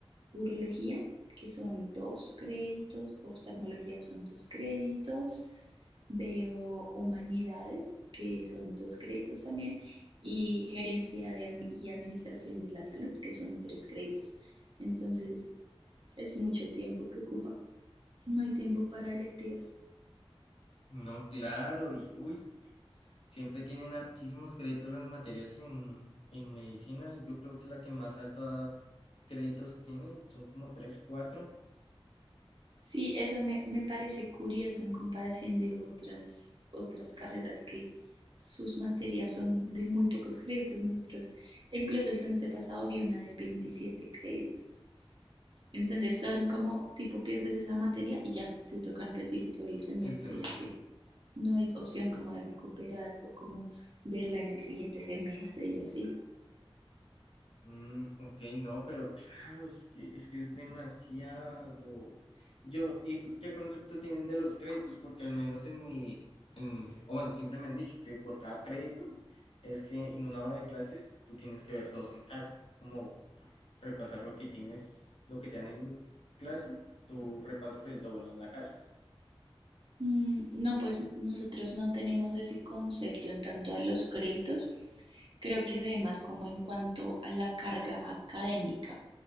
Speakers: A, on the right; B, on the left.
A: urología, que son dos créditos, oftalmología son dos créditos, veo humanidades, que son dos créditos también, y gerencia de, y administración de la salud, que son tres créditos. Entonces, es mucho tiempo que ocupa. No hay tiempo para electivas.
B: No, claro, y uy, siempre tienen hartísimos créditos las materias en, en medicina. Yo creo que la que más alta créditos tiene son como 3 4
A: Sí, eso me, me parece curioso en comparación de otras, otras carreras que sus materias son de muy pocos créditos. Nosotros, incluso el semestre pasado, vi una de 27 créditos. Entonces son como tipo pierdes esa materia y ya te toca repetir todo el semestre
B: el semestre.
A: y así. No hay opción como de recuperar o como verla en el siguiente semestre y así.
B: Mm, ok, no, pero claro, es que, es que es demasiado. Yo, ¿y qué concepto tienen de los créditos? Porque al menos en mi, en- o bueno, siempre me han dicho que por cada crédito es que en una hora de clases tú tienes que ver dos en casa. Es como repasar lo que tienes, lo que te dan en clase, tú repasas el doble en la casa.
A: Mm, No, pues nosotros no tenemos ese concepto en tanto a los créditos. Creo que se ve más como en cuanto a la carga académica.